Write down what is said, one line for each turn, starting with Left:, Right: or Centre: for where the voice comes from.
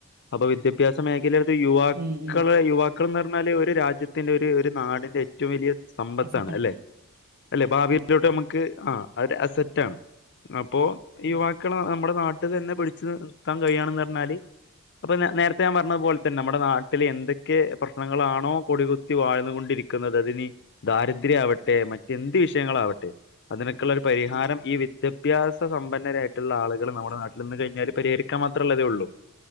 Left: അപ്പോ വിദ്യാഭ്യാസ മേഘലക്കളില് യുവ
Right: ഉം ഉം
Left: ക്കള് യുവാക്കൾ എന്ന് പറഞ്ഞാല് ഒരു രാജ്യത്തിന്റെ ഒരു ഒരു നാടിന്റെ ഏറ്റവും വലിയ സമ്പത്താണ്
Right: അസറ്റാണ്
Left: അല്ലെ അല്ലെ ഭാവിയിലോട്ട്
Right: ആഹ് ഉം
Left: നമുക്ക് ആഹ് അര് അസെറ്റ ആണ് അപ്പോ
Right: ഉം
Left: യുവാക്കൾ നമ്മുടെ നാട്ടിൽ തന്നെ പിടിച്ചു നിർത്താൻ കഴിയാണന്ന് പറഞ്ഞാല് അപ്പൊ നേരത്തെ ഞാൻ പറഞ്ഞതു പോലെ തന്ന നമ്മുടെ നാട്ടില് എന്തൊക്കെ പ്രശ്നങ്ങളാണോ കൊട- ക്കുത്തി വാഴ്ന്നുകൊണ്ടിരിക്കുന്നത് അതിന് ദാരിദ്ര്യം ആവട്ടെ മറ്റെന്ത് വിഷയങ്ങളാവട്ടെ അതിനൊക്കെയുള്ള ഒരു പരിഹാരം
Right: ഉം
Left: ഈ വിദ്യാഭ്യാസ സമ്പന്നരായിട്ടുള്ള ആളുക നമ്മുടെ നാട്ടിൽന്ന് കഴിഞ്ഞല് പരിഹരിക്കാൻ മാത്രമല്ലേ അതേ ഉള്ളൂ